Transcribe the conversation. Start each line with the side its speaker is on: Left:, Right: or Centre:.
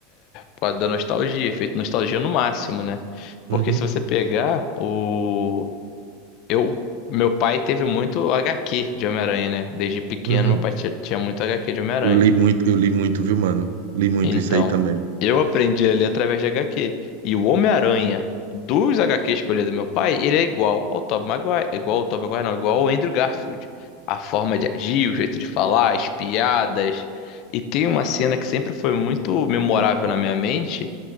Left: por causa da nostalgia, efeito nostalgia no máximo, né? Porque
Right: Uhum,
Left: se você pegar o Eu, meu pai teve muito HQ de Homem-Aranha, né? Desde pequeno,
Right: uhum.
Left: meu pai tinha, tinha muito HQ de Homem-Aranha.
Right: Eu li muito, eu li muito, viu, mano? Li muito
Left: Então,
Right: isso aí também.
Left: eu aprendi a através de HQ. E o Homem-Aranha dos HQs que eu li do meu pai, ele é igual ao Tobey Maguire. é Igual ao Tobey Maguire, não, é igual ao Andrew Garfield. A forma de agir, o jeito de falar, as piadas. E tem uma cena que sempre foi muito memorável na minha mente,